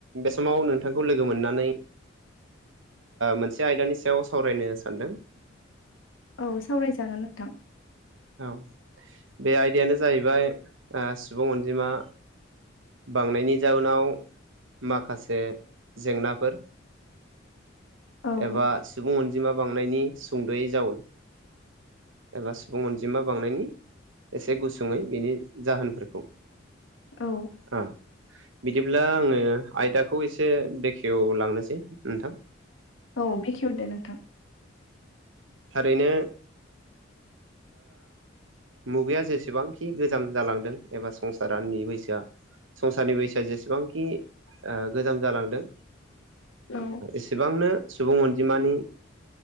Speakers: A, on the right; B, on the left.
A: बे समाव नोंथांखौ लोगो मोननानै मोनसे आयदानि सायाव सावरायनो सानदों।
B: औ सावरायजागोन नोंथां।
A: औ बे आयदायानो जाहैबाय सुबुं अनजिमा। बांनायनि जाउनाव माखासे जेंनाफोर
B: औ
A: एबा सुबुं अनजिमा बांनायनि सुंद'यै जाउन एबा सुबुं अनजिमा बांनायनि एसे गुसुङै बिनि जाहोनफोरखौ
B: औ
A: ओ बिदिब्ला आङो आयदाखौ एसे बेखेवलांनोसै नोंथां।
B: औ बेखेवदो नोंथां।
A: थारैनो मुगाया जेसेबांखि गोजाम जालांदों एबा संसारनि बैसोआ संसारनि बैसोआ जेसेबांखि गोजाम जालांदों।
B: औ
A: एसेबांनो सुबुं अनजिमानि